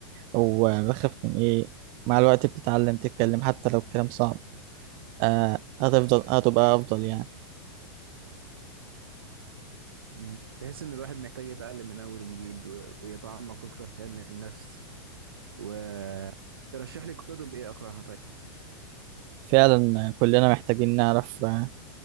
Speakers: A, on the right (about 40°); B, on the right (about 65°).
A: او آه، بخاف من ايه مع الوقت بتتعلم تتكلم حتى لو الكلام صعب آه، هتفضل هتبقى افضل يعني
B: مم. تحس ان الواحد محتاج يتعلم من اول وجديد و- ويتعمق اكتر في علم النفس وترشح لي كتب ايه اقراها طيب
A: فعلا آه، كلنا محتاجين نعرف آه،